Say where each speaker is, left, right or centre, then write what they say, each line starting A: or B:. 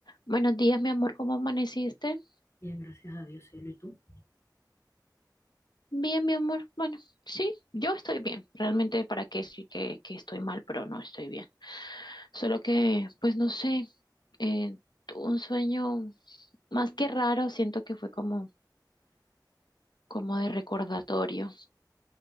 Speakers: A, on the left; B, on the left.
A: Buenos días, mi amor, ¿cómo amaneciste?
B: Bien, gracias a Dios, cielo, ¿y tú?
A: Bien, mi amor. Bueno, sí, yo estoy bien. Realmente, ¿para qué sí que, que estoy mal, pero no estoy bien? Solo que, pues no sé, eh, tuve un sueño más que raro, siento que fue como, como de recordatorio.